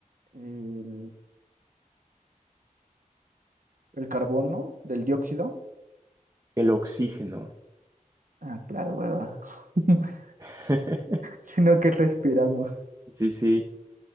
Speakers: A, on the right; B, on the right.
A: El, el carbono del dióxido.
B: El oxígeno.
A: Ah, claro, ¿verdad? <laughs>
B: <laughs>
A: Sino que respiramos.
B: Sí, sí.